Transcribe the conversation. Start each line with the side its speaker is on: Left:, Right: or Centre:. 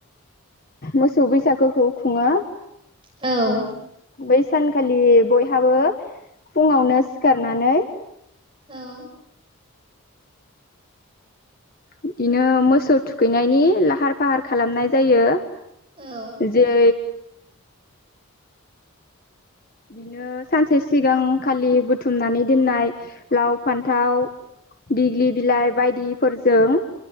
Left: मोसौ बैसागोखौ खुङो
Right: औ
Left: बै सानखालि बयहाबो फुङावनो सिखारनानै
Right: औ
Left: बिदिनो मोसौ थुखैनायनि लाहार फाहार खालामनाय जायो
Right: औ
Left: जै बिदिनो सानसे सिगां खालि बुथुमनानै दोननाय लाव फान्थाव दिग्लि बिलाइ बायदिफोरजों